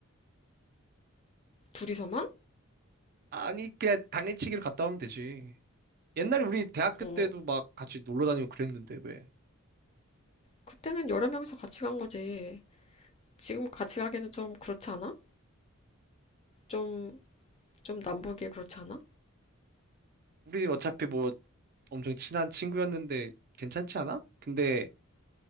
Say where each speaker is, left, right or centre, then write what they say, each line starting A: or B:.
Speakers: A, on the left; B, on the right.
A: 둘이서만?
B: 아니 그냥 당일치기로 갔다 오면 되지. 옛날에 우리 대학교
A: 어,
B: 때도 막 같이 놀러 다니고 그랬는데 왜?
A: 그때는 여러 명이서 같이 간 거지. 지금 같이 가기는 좀 그렇지 않아? 좀, 좀 남보기에 그렇지 않아?
B: 우리 어차피 뭐 엄청 친한 친구였는데 괜찮지 않아? 근데